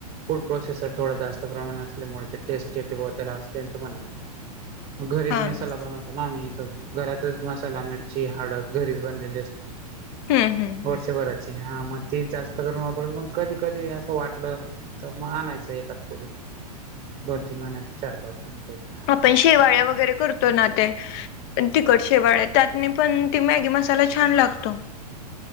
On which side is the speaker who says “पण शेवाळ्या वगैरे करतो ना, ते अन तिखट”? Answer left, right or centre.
Left